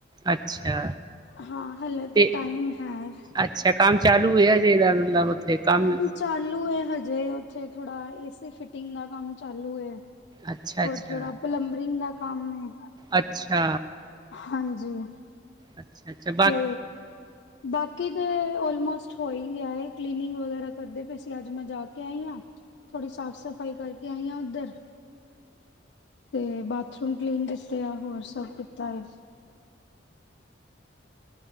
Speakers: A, on the right; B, on the left.
A: ਅੱਛਾ।
B: ਹਾਂ ਹਲੇ
A: ਤੇ
B: ਟਾਈਮ ਹੈ।
A: ਅੱਛਾ, ਕੰਮ ਚਾਲੂ ਏ ਅਜੇ ਇਦਾ, ਮਤਲਬ ਉੱਥੇ ਕੰਮ
B: ਚਾਲੂ ਏ ਹਜੇ, ਉੱਥੇ ਥੋੜਾ ਏਸੀ ਫਿਟਿੰਗ ਦਾ ਕੰਮ ਚਾਲੂ ਐ।
A: ਅੱਛਾ
B: ਹੋਰ
A: ਅੱਛਾ
B: ਥੋੜਾ ਪਲੰਬਰਿੰਗ ਦਾ ਕੰਮ ਏ
A: ਅੱਛਾ
B: ਹਾਂਜੀ, <unintelligible>
A: ਅੱਛਾ ਅੱਛਾ ਬਾਕੀ
B: ਤੇ ਬਾਕੀ ਤੇ ਅੱਲ ਮੋਸਟ ਹੋ ਗਿਆ ਕਲੀਨਿੰਗ ਵਗੈਰਾ ਕਰਦੇ ਪਏ ਸੀ ਅੱਜ ਮੈਂ ਜਾ ਕੇ ਆਈ ਹਾ। ਥੋੜ੍ਹੀ ਸਾਫ਼ ਸਫਾਈ ਕਰਕੇ ਆਈ ਹਾਂ ਉੱਧਰ ਤੇ ਬਾਥਰੂਮ ਕਲੀਨ ਕੀਤੇ ਆ ਹੋਰ ਸਬ ਕੀਤਾ ਹੈ।